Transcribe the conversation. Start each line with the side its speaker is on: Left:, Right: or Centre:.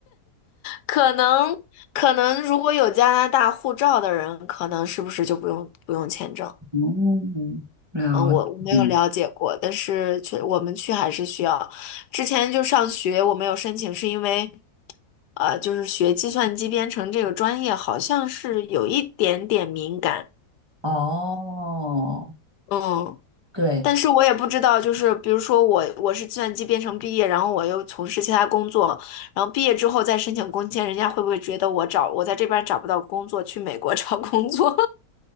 Left: 可能可能如果有加拿大护照的人，可能是不是就不用不用签证？
Right: 哦，了解。
Left: 嗯，我我没有了解过，但是去我们去还是需要。之前就上学，我没有申请，是因为呃，就是学计算机编程这个专业，好像是有一点点敏感。
Right: 哦，
Left: 嗯，
Right: 对，
Left: 但是我也不知道，
Right: 应
Left: 就是比如说我我是计算机编程毕业，然后我又从事其他工作，然后毕业之后再申请工签，人家会不会觉得我找我在这边找不到工作，去美国 <laughs> 找工作？